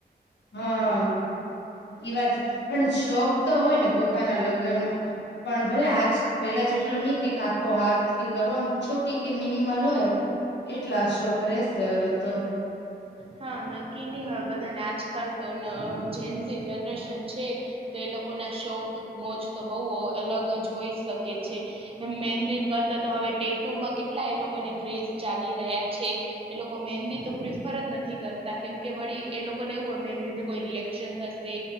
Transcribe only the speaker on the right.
હા, નક્કી ની હવે બધાને આજકાલ તો જેન્સ જનરેશન છે તો એ લોકો ના શોક મોજ તો બહુ અલગ જ હોઈ શકે છે એ મેંદી કરતા તો હવે ટેટુમાં કેટ એટલા એ લોકોને ક્રેઝ ચાલી રહ્યા છે એ લોકો મેંદી તો પ્ર ફરજ નથી કરતા કેમ કે વળી એ લોકોને એવું હોય મહેંદી થીકોઈ રિએક્શન થશે